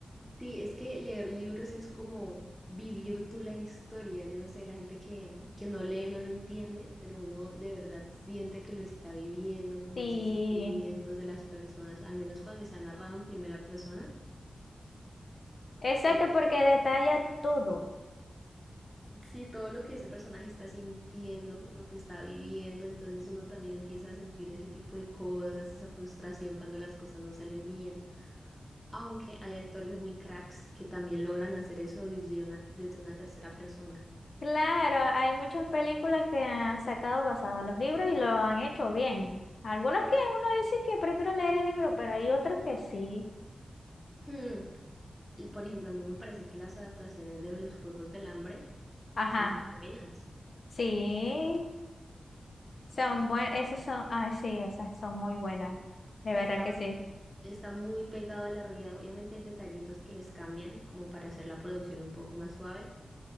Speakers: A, in the centre; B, on the left.
A: Sí, es que leer libros es como vivir tú la historia. Yo no sé, la gente que, que no lee no lo entiende, pero uno de verdad siente que lo está viviendo, como
B: Sí,
A: esos sentimientos de las personas, al menos cuando está narrado en primera persona.
B: exacto,
A: eh,
B: porque detalla todo.
A: sí, todo lo que ese personaje está sintiendo, lo que está viviendo, entonces uno también empieza a sentir ese tipo de cosas, esa frustración cuando las cosas no salen bien. Aunque hay actores muy cracks que también logran hacer eso desde una, desde una tercera persona.
B: Claro, hay muchas películas que han sacado basados en los libros y lo han hecho bien. Algunos que uno dice que prefiero leer el libro, pero hay otros que sí.
A: Hmm, y Por ejemplo, a mí me parece que las adaptaciones de los Juegos del Hambre
B: Ajá,
A: son muy buenas.
B: sí, son buenas, esas son, ah, sí, esas son muy buenas, de
A: Está,
B: verdad que sí.
A: está muy pegado a la realidad. Obviamente hay detallitos que les cambian como para hacer la producción un poco más suave,